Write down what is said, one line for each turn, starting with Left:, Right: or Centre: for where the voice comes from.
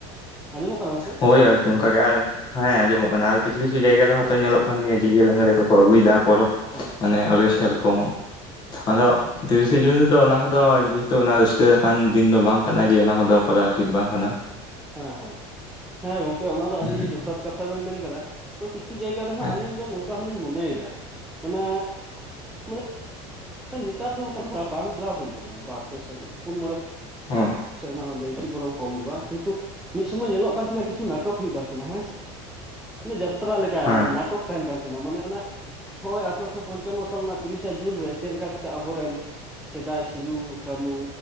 Centre: ᱟᱸᱡᱚᱢᱚᱜ ᱠᱟᱱᱟ ᱜᱚᱝᱠᱮ
Left: ᱦᱳᱭ ᱟᱨᱠᱤ ᱚᱱᱠᱟ ᱜᱮ ᱟᱨ ᱦᱮᱸ ᱟᱸᱡᱚᱢᱚᱜ ᱠᱟᱱᱟ ᱟᱨ ᱠᱤᱪᱷᱩ ᱠᱤᱪᱷᱩ ᱡᱟᱭᱜᱟ ᱨᱮ ᱦᱚᱛᱚ ᱧᱮᱞᱚᱜ ᱠᱟᱱ ᱜᱮᱭᱟ ᱰᱤᱡᱮ ᱞᱟᱜᱽᱲᱮ ᱠᱚᱠᱚ ᱟᱹᱜᱩᱭᱮᱫᱟ ᱯᱚᱨᱚᱵᱽ
Centre: ᱮᱸ
Left: ᱢᱟᱱᱮ ᱚᱨᱜᱮᱥᱴᱟᱨ ᱠᱚ ᱟᱫᱚ, ᱛᱤᱨᱤᱥᱮ ᱡᱩᱱ ᱨᱮᱫᱚ ᱚᱱᱟ ᱠᱚᱫᱚ ᱡᱮᱦᱮᱛᱩ ᱚᱱᱟ ᱨᱟᱹᱥᱠᱟᱹ ᱞᱮᱠᱟᱱ ᱫᱤᱱ ᱫᱚ ᱵᱟᱝ ᱠᱟᱱᱟ ᱡᱮ ᱚᱱᱟ ᱠᱚᱫᱚ ᱠᱚᱨᱟᱣ ᱩᱪᱤᱛ ᱵᱟᱝ ᱠᱟᱱᱟ᱾
Centre: ᱦᱮᱸ ᱦᱮᱸ, ᱦᱮᱸ ᱜᱚᱝᱠᱮ ᱚᱱᱟ ᱫᱚ
Left: ᱦᱚᱸ
Centre: ᱟᱹᱰᱤ ᱡᱚᱛᱷᱟᱛ ᱠᱟᱛᱷᱟ ᱵᱮᱱ ᱢᱮᱱ ᱠᱮᱫᱟ᱾ ᱛᱚ ᱠᱤᱪᱷᱩ ᱡᱟᱭᱜᱟ ᱨᱮᱦᱟᱸᱜ
Left: ᱦᱮᱸ
Centre: ᱟᱞᱤᱧ ᱫᱚ ᱱᱚᱝᱠᱟ ᱦᱚᱞᱤᱧ ᱢᱚᱱᱮᱭᱮᱫᱟ ᱢᱟᱱᱮ ᱢᱟᱱᱮ ᱱᱮᱛᱟᱨ ᱫᱚ ᱵᱟᱝ ᱪᱟᱞᱟᱣ ᱦᱩᱭ ᱠᱟᱱᱟ ᱵᱟᱨ ᱯᱮ ᱥᱮᱨᱢᱟ ᱯᱩᱱ ᱢᱚᱬᱮ
Left: ᱦᱮᱸ
Centre: ᱥᱮᱨᱢᱟ ᱞᱟᱹᱭᱠᱤ ᱵᱚᱨᱚᱝ ᱠᱚᱢ ᱫᱚ ᱵᱟᱝ ᱠᱤᱱᱛᱩ ᱢᱤᱫ ᱥᱚᱢᱚᱭ ᱧᱮᱞᱚᱜ ᱠᱟᱱ ᱛᱟᱦᱮᱸᱱᱟ ᱠᱤᱪᱷᱩ ᱱᱟᱴᱚᱠ ᱦᱩᱭᱩᱜ ᱠᱟᱱ ᱛᱟᱦᱮᱸᱱᱟ ᱦᱮᱸ ᱥᱮ᱾ ᱡᱟᱛᱨᱟ ᱞᱮᱠᱟ
Left: ᱦᱮᱸ
Centre: ᱚᱱᱟ ᱱᱟᱴᱚᱠ ᱛᱟᱦᱮᱱ ᱠᱟᱱ ᱛᱟᱦᱮᱱᱟ ᱢᱟᱱᱮ ᱚᱱᱟ ᱱᱚᱭ ᱟᱴᱷᱚᱨᱚᱥᱚ ᱯᱚᱧᱪᱟᱱᱱᱚ ᱥᱟᱞ ᱨᱮᱱᱟᱜ ᱛᱤᱨᱤᱥᱟ ᱡᱩᱱ ᱨᱮ ᱪᱮᱫ ᱞᱮᱠᱟ ᱠᱟᱛᱮ ᱟᱵᱚᱨᱮᱱ ᱥᱮᱫᱟᱭ ᱥᱤᱫᱩ ᱠᱟᱹᱱᱩ